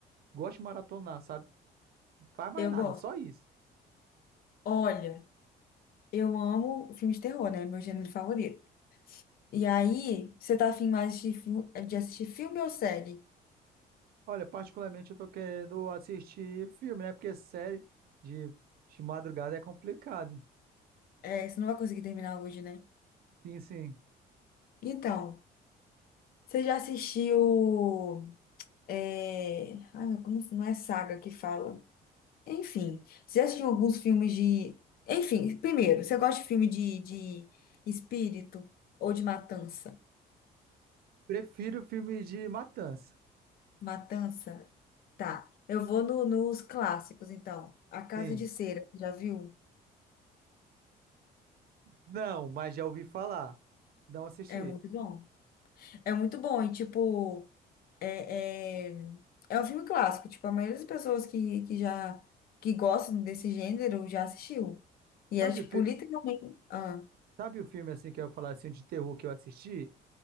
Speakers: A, on the right; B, on the left.
A: gosta de maratonar, sabe? Não faz mais
B: Eu
A: nada,
B: gosto.
A: só isso.
B: Olha, eu amo filme de terror, né? Meu gênero favorito. E aí, você tá afim mais de, fi- de assistir filme ou série?
A: Olha, particularmente eu tô querendo assistir filme, né? Porque série de, de madrugada é complicado.
B: É, você não vai conseguir terminar hoje, né?
A: Sim, sim.
B: Então, você já assistiu... É... Ai, como não é saga que fala? Enfim, você assistiu alguns filmes de. Enfim, primeiro, você gosta de filme de, de espírito ou de matança?
A: Prefiro filme de matança.
B: Matança? Tá. Eu vou no- nos clássicos, então. A Casa
A: Sim.
B: de Cera, já viu?
A: Não, mas já ouvi falar. Não assisti.
B: É muito bom. É muito bom, e tipo, é, é, é um filme clássico. Tipo, a maioria das pessoas que, que já que gostam desse gênero já assistiu. E
A: Sabe
B: é tipo,
A: o filme,
B: literalmente. Ah,
A: sabe o filme assim que eu ia falar assim de terror que eu assisti?